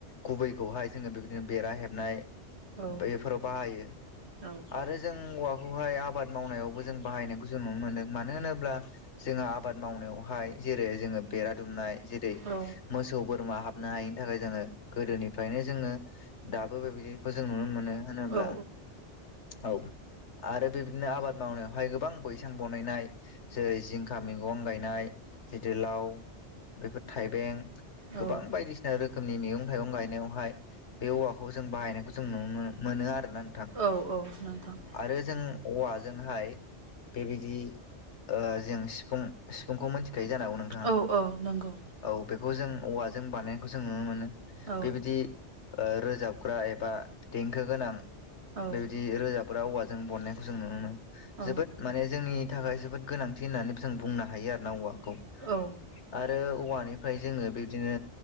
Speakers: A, on the left; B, on the right.
A: गुबैखौहाय जोङो बेदिनो बेरा हेबनाय
B: औ
A: बै फोराव बाहायो।
B: औ
A: आरो जों औवाखौहाय आबाद मावनायावबो जों बाहायनायखौ जों नुनो मोनदों मानो होनोब्ला जोंहा आबाद मावनायावहाय जेरै जोङो बेरा दुमनाय जेरै
B: औ
A: मोसौ बोरमा हाबनो हायिनि थाखाय जोङो गोदोनिफ्रायनो जोङो दाबो बेबायदि खौ जों नुनो मोनो होनोब्ला
B: औ
A: औ आरो बेबदिनो आबाद मावनायावहाय गोबां बैसां बनायनाय जेरै जिंखा मैगं गायनाय गिदिर लाव बेफोर थाइबें
B: औ
A: गोबां बायदिसिना रोखोमनि मैगं थाइगं गायनायावहाय बे औवाखौ जों बाहायनायखौ जों नुनो मोनो आरोना नोंथां
B: औ औ नोंथां।
A: आरो जों औवाजोंहाय बेबायदि ओ जों सिफुं सिफुंखौ मिथिखायो जानांगौ नों
B: औ औ नंगौ।
A: औ बेखौ जों औवाजों बानायनायखौ जों नुनो मोनो
B: औ
A: बेबायदि ओ रोजाबग्रा एबा देंखो गोनां
B: औ
A: बेबायदि रोजाब ग्रा औवाजों बननायखौ जों नुनो मोनो
B: औ
A: जोबोद माने जोंनि थाखाय जोबोद गोनांथि होननानै जों बुंनो हायो आरो ना औवाखौ
B: औ
A: आरो औवानिफ्राय जोङो बिबदिनो